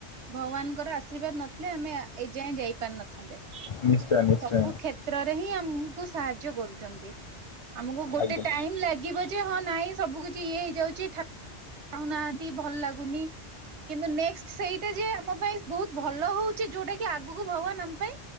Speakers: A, on the right; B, on the left.
A: ଭଗବାନଙ୍କର ଆଶୀର୍ବାଦ ନଥିଲେ ଆମେ ଏଯାଏଁ ଯାଇପାରିନଥାନ୍ତେ।
B: ନିଶ୍ଚୟ ନିଶ୍ଚୟ
A: ସବୁ କ୍ଷେତ୍ରରେ ହିଁ ଆମକୁ ସାହାଯ୍ୟ କରୁଛନ୍ତି ଆମକୁ
B: ଆଜ୍ଞା
A: ଏତେ ଟାଇମ୍ ଲାଗିବ ଯେ ହଁ ନାଇଁ ସବୁ କିଛି ଇଏ ହେଇଯାଉଛି ଠା ପାଉନାହାନ୍ତି ଭଲ ଲାଗୁନି। କିନ୍ତୁ ନେକ୍ସ ସେଇଟା ଯେ ଆମ ପାଇଁ ବହୁତ ଭଲ ହଉଛି ଯୋଉଟା କି ଆଗକୁ ଭଗବାନ ଆମ ପାଇଁ।